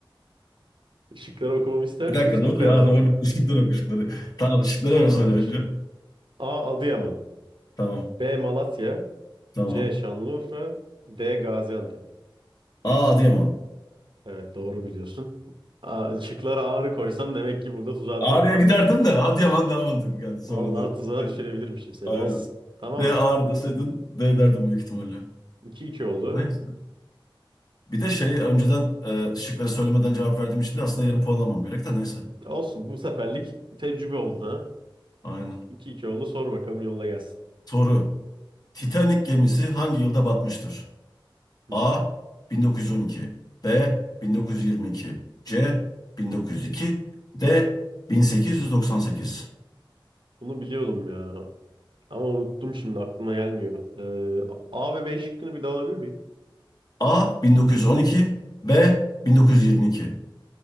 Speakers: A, on the right; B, on the left.
A: Işıkları okumamı ister
B: Bir
A: misin
B: dakika
A: son
B: doğru
A: kararım
B: ya doğru.
A: mı?
B: <laughs> Işıkları yok ışıkları. Tamam ışıkları öyle
A: Tamamdır.
B: söyle önce.
A: A. Adıyaman
B: Tamam.
A: B. Malatya
B: Tamam.
A: C. Şanlıurfa D. Gaziantep
B: A. Adıyaman.
A: Evet doğru biliyorsun. A, şıklara ağrı koysam demek ki burada tuzağa
B: Ağrı'ya
A: düşecekmişsin.
B: giderdim de Adıyaman daha mantıklı geldi sonradan.
A: Vallahi tuzağa düşürebilirmişim seni
B: Aynen.
A: olsun. Tamamdır.
B: D ağır deseydin D derdim büyük ihtimalle.
A: 2-2 oldu.
B: Neyse. Bir de şey önceden e, şıkları söylemeden cevap verdiğim için de aslında yarım puan almam gerek de neyse.
A: Olsun bu seferlik tecrübe oldu ha.
B: Aynen.
A: iki iki oldu sor bakalım yolla gelsin.
B: Soru. Titanic gemisi hangi yılda batmıştır?
A: Hı
B: A.
A: hı.
B: 1912 B. 1922 C. 1902 D. 1898
A: Bunu biliyordum ya ama unuttum şimdi aklıma gelmiyor. Ee, A ve B şıkkını bir daha alabilir miyim?
B: A. 1912 B. 1922